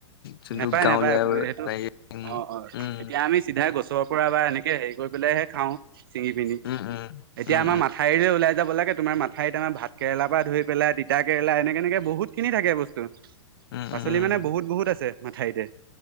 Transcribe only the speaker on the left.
যোনটো
গাঁৱলীয়া
পায়গে উম
উম
উম উম
উম
উম উম
উম উম